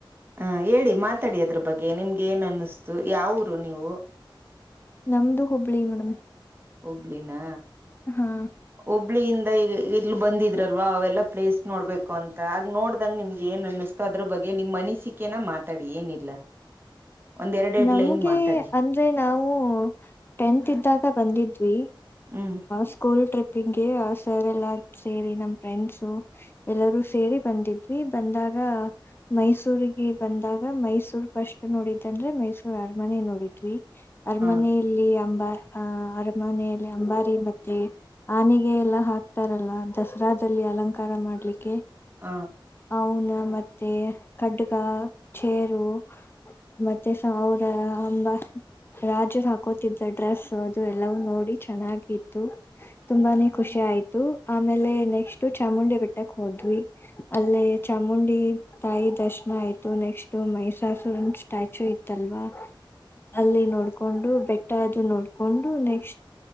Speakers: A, on the right; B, on the left.
A: ಹ ಹೇಳಿ ಮಾತಾಡಿ ಅದ್ರ ಬಗ್ಗೆ ನಿಮ್ಗೆ ಏನ್ ಅನ್ನಿಸ್ತು ಯಾವರು ನೀವು
B: ನಮ್ದು ಹುಬ್ಬಳಿ ಮೇಡಮ್
A: ಹಬ್ಳಿನ
B: ಹಾ
A: ಹುಬ್ಳಿಯಿಂದ ಇಲ್ ಬಂದಿದ್ರಲ್ವ ಅವೆಲ್ಲ ಪ್ಲೇಸ್ ನೋಡ್ಬೇಕು ಅಂತ ಅ ನೋಡ್ದಂಗ ನಿಮ್ಗೆ ಏನ್ ಅನ್ನಿಸ ಅದ್ರ ಬಗ್ಗೆ ನಿಮ್ಮ್ ಅನಿಸಿಕೆನ ಮಾತಾಡಿ ಏನಿಲ್ಲ ಒಂದ್ ಎರಡೆರಡ್
B: ನಮ್ಗೆ
A: ಲೈನ್ ಮಾತಾಡಿ
B: ಅಂದ್ರೆ ನಾವು ಟೆಂತ್ ಇದ್ದಾಗ ಬಂದಿದ್ವಿ
A: ಹ್ಮ್
B: ಸ್ಕೂಲ್ ಟ್ರಿಪ್ ಿಂಗೆ ಸರ್ ಎಲ್ಲ ಸೇರಿ ನಮ್ ಫ್ರೆಂಡ್ಸು ಎಲ್ಲರೂ ಸೇರಿ ಬಂದಿದ್ವಿ ಬಂದಾಗ ಮೈಸೂರಿಗೆ ಬಂದಾಗ ಮೈಸೂರ್ ಫಸ್ಟ್ ನೋಡಿದ ಆಂದ್ರೆ ಮೈಸೂರ್ ಅರಮನೆ ನೋಡಿದ್ವಿ ಅರಮನ
A: ಹಾ
B: ಇಯಲ್ಲಿ ಅಂಬಾರ್ ಆಹ್ ಅರಮನೆಯಲ್ಲಿ ಅಂಬಾರಿ ಮತ್ತೆ ಆನೆಗೆ ಎಲ್ಲಾ ಹಾಕ್ತಾರಲ್ಲ ದಸರಾದಲ್ಲಿ ಅಲಂಕಾರ ಮಾಡ್ಲಿಕ್ಕೆ
A: ಹ
B: ಅವನ ಮತ್ತೆ ಖಡ್ಗ ಚೇರು ಮತ್ತೆ ಅವರ ಅಂಬ ರಾಜರು ಹಾಕೋತಿದ್ದ ಡ್ರೆಸ್ ಅದು ಎಲ್ಲವೂ ನೋಡಿ ಚೆನ್ನಾಗಿತ್ತು ತುಂಬಾನೇ ಖುಷಿ ಆಯ್ತು ಆಮೇಲೆ ನೆಕ್ಸ್ಟ್ ಚಾಮುಂಡಿ ಬಿಟ್ಟಕ್ ಹೋದ್ವಿ ಅಲ್ಲೇ ಚಾಮುಂಡಿ ತಾಯಿ ದರ್ಶನ ಆಯ್ತು ನೆಕ್ಸ್ಟ್ ಮೈಸಾಸುರ ಸ್ಟ್ಯಾಚು ಇತ್ತಲ್ವಾ ಅಲ್ಲಿ ನೋಡ್ಕೊಂಡು ಬೆಟ್ಟ ಅದು ನೋಡ್ಕೊಂಡು ನೆಕ್ಸ್ಟ್